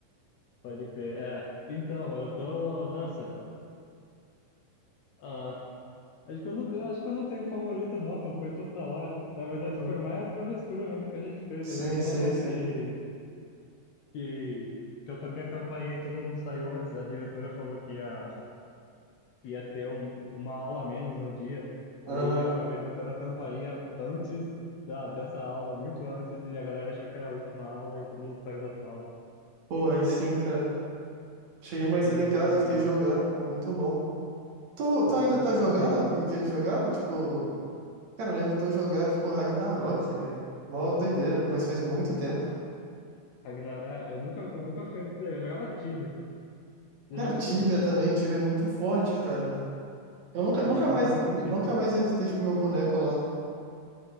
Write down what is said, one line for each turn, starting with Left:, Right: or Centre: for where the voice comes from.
Left: pode crer. É, então, eu tô. Nossa, ah, acho que eu não, eu acho que eu não tenho um favorito, não, viu? Foi tudo da hora. Na verdade,
Right: Uhum.
Left: foi mais a travessura mesmo que a gente fez.
Right: Sim,
Left: Eu lembro uma
Right: sim,
Left: vez
Right: sim.
Left: que, que, que eu toquei a campainha e todo mundo saiu antes. A diretora falou que ia. que ia ter um- uma aula a menos no dia. Aí
Right: Aham.
Left: eu acabei tocando a campainha antes da, dessa aula, muito antes, e a galera achou que era a última aula e todo mundo saiu da sala.
Right: Pô, aí sim, cara. Cheguei mais
Left: Eu
Right: cedo
Left: livrei
Right: em casa,
Left: todo
Right: fiquei
Left: mundo.
Right: jogando, pô, muito bom. Tu, tu
Left: É,
Right: ainda
Left: só eu
Right: tá
Left: que
Right: jogando
Left: tomei, né?
Right: o que a gente jogava? Tipo, cara, eu lembro de eu jogar, tipo, Ragnarok, velho. Mó doideira, mas faz muito tempo.
Left: Ragnar, é, eu nunca, eu nunca fui nisso daí. Eu jogava Tibia. Você
Right: Cara,
Left: jogou
Right: Tibia
Left: Tibia?
Right: também, Tibia é muito forte, cara. Eu
Left: <laughs>
Right: nunca, nunca
Left: Eu jogava
Right: mais,
Left: muito
Right: nunca
Left: Tibia.
Right: mais revisitei, tipo, meu boneco lá.